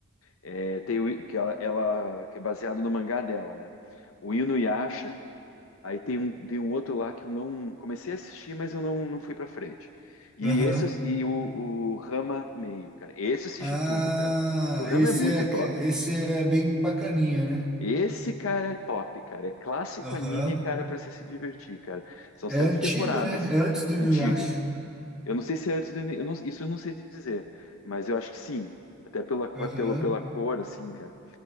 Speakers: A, on the left; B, in the centre.
A: É, tem o, que ela, ela- que é baseado no mangá dela, né? O Inuyasha. Aí tem um, tem um outro lá que eu não comecei a assistir, mas eu não, não fui pra frente. E
B: aham.
A: esse eu- e o, o Rama meio, cara. Esse eu assisti
B: Ah,
A: tudo, cara. O Rama
B: esse
A: é muito
B: é,
A: top.
B: esse é bem bacaninha, né?
A: Esse, cara, é top, cara. É clássico
B: Aham.
A: anime, cara, pra você se divertir, cara. São
B: É
A: sete
B: antigo,
A: temporadas.
B: né? É antes do Inuyasha.
A: Antigo. Eu não sei se é antes do. eu não- isso eu não sei te dizer. Mas eu acho que sim. Até pela, co-
B: Aham.
A: pelo, pela cor, assim, cara.